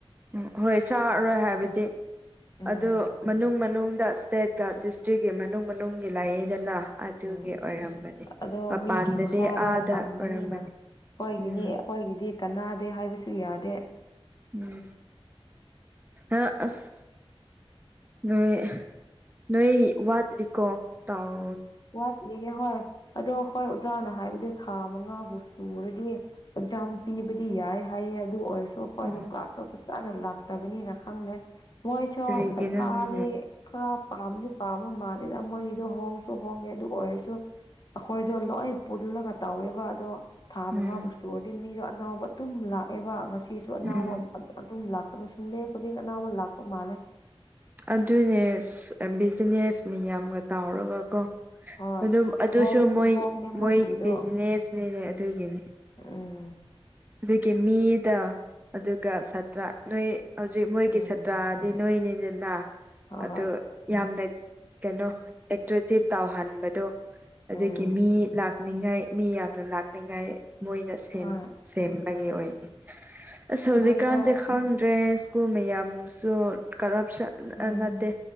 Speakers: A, on the right; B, on the left.
A: ꯎꯝ ꯍꯣꯏ ꯆꯥꯔꯔꯣꯏ ꯍꯥꯏꯕꯗꯤ
B: ꯎꯝ
A: ꯑꯗꯨ ꯃꯅꯨꯡ ꯃꯅꯨꯡꯗ ꯏꯁꯇꯦꯠ ꯗꯤꯁꯇ꯭ꯔꯤꯛꯀꯤ ꯃꯅꯨꯡ ꯃꯅꯨꯡꯒꯤ ꯂꯥꯏꯌꯦꯡꯗꯅ ꯑꯗꯨꯒꯤ
B: ꯎꯝ
A: ꯑꯣꯏꯔꯝꯕꯅꯤ
B: ꯑꯗꯣ
A: ꯃꯄꯥꯟꯗꯗꯤ
B: ꯃꯤꯒꯤ ꯃꯈꯥꯗ
A: ꯑꯥꯗ
B: ꯇꯝꯕꯅꯤꯅ
A: ꯑꯣꯏꯔꯝꯒꯅꯤ
B: ꯑꯩꯈꯣꯏꯒꯤꯅꯤ
A: ꯎꯝ
B: ꯑꯩꯈꯣꯏꯒꯤꯗꯤ ꯀꯥꯟꯅꯥꯗꯦ ꯍꯥꯏꯕꯁꯨ ꯌꯥꯗꯦ
A: ꯎꯝ ꯑ ꯑꯁ ꯅꯣꯏꯣꯏ ꯅꯣꯏꯣꯏ ꯋꯥꯠ ꯂꯤꯀꯣ ꯇꯥꯎ
B: ꯋꯥꯠꯂꯤꯌꯦꯦ ꯍꯣꯏ ꯑꯗꯣ ꯍꯣꯏ ꯑꯣꯖꯥꯅ ꯍꯥꯏꯕꯗꯤ ꯊꯥ ꯃꯉꯥꯕꯨ ꯁꯨꯔꯗꯤ ꯑꯦꯛꯖꯥꯝ ꯄꯤꯕꯗꯤ ꯌꯥꯏ ꯍꯥꯏꯌꯦ ꯑꯗꯨ ꯑꯣꯏꯔꯁꯨ ꯑꯩꯈꯣꯏꯗ
A: ꯑꯣ
B: ꯀ꯭ꯂꯥꯁꯇ ꯆꯥꯅ ꯂ ꯇꯕꯅꯤꯅ ꯈꯪꯗꯦ ꯃꯣꯏꯁꯨ
A: ꯀꯔꯤꯒꯤꯅꯣ
B: ꯄꯩꯁꯥꯗꯤ
A: ꯅꯣꯏꯅꯦ
B: ꯈꯔ ꯄꯥꯝꯅꯤ ꯄꯥꯝ ꯃꯥꯅꯤꯗ ꯃꯣꯏ ꯏꯣ ꯍꯣꯡ ꯁꯨ ꯍꯣꯡꯉꯦ ꯑꯗꯨ ꯑꯣꯏꯔꯁꯨ ꯑꯩꯈꯣꯏꯗꯣ ꯂꯣꯏ ꯄꯨꯜꯂꯒ ꯇꯧꯋꯦꯕ ꯑꯗꯣ ꯊꯥ
A: ꯎꯝ
B: ꯃꯉꯥꯕꯨꯥꯎꯛ ꯁꯨꯔꯗꯤ ꯃꯤꯗꯣ ꯑꯅꯥꯎꯕ ꯑꯗꯨꯝ ꯂꯥꯛꯑꯦꯕ ꯉꯁꯤꯁꯨ ꯑꯅꯥꯎꯕ
A: ꯎꯝ
B: ꯑꯗꯨꯝ ꯂꯥꯛꯄ ꯑꯗꯣ ꯁꯟꯗꯦ ꯈꯨꯗꯤꯡ ꯑꯅꯥꯕ ꯂꯥꯛꯄ ꯃꯥꯜꯂꯦ
A: ꯑꯗꯨꯅꯦ ꯕꯤꯖꯤꯅꯦꯁ ꯃꯤꯌꯥꯝꯒ ꯇꯥꯎꯔꯒ ꯀꯣ
B: ꯍꯣꯏ
A: ꯑꯗꯨꯝ ꯑꯗꯨꯁꯨ
B: ꯍꯣꯡꯁꯨ
A: ꯃꯣꯏ
B: ꯍꯣꯡꯉꯦ ꯃꯣꯏꯒꯤꯗꯣ
A: ꯃꯣꯏ ꯕꯤꯖꯤꯅꯦꯁꯅꯤꯅꯦ ꯑꯗꯨꯒꯤꯅꯤ <unintelligible>
B: ꯎꯝ
A: ꯑꯗꯨꯒꯤ ꯃꯤꯗ ꯑꯗꯨꯒ ꯁꯥꯇ꯭ꯔ ꯅꯣꯏ ꯍꯧꯖꯤꯛ ꯃꯣꯏꯒꯤ
B: ꯎꯝ
A: ꯁꯥꯇ꯭ꯔꯗꯤ ꯅꯣꯏꯅꯤꯅꯤꯅ
B: ꯍꯣꯏ
A: ꯑ
B: ꯍꯣꯏ
A: ꯌꯥꯝꯅ ꯀꯩꯅꯣ ꯑꯦꯛꯇ꯭ꯔꯦꯛꯇꯤꯞ ꯇꯧꯍꯟꯕꯗꯣ ꯑꯗꯨꯒꯤ
B: ꯎꯝ
A: ꯃꯤ ꯂꯥꯛ ꯂꯥꯛꯅꯤꯡꯉꯥꯏ ꯃꯤ ꯌꯥꯝꯅ ꯂꯥꯛꯅꯤꯡꯉꯥꯏ ꯃꯣꯏꯅ ꯁꯦꯝꯦꯟ
B: ꯍꯣꯏ
A: ꯑꯁ ꯍꯧꯖꯤꯛꯀꯥꯟꯁꯦ
B: ꯃꯣꯏꯗꯣ
A: ꯈꯪꯗ꯭ꯔꯦ ꯁ꯭ꯀꯨꯜ ꯃꯌꯥꯝꯁꯨ ꯀꯔꯞꯁꯟ
B: ꯎꯝ
A: ꯅꯠꯇꯦ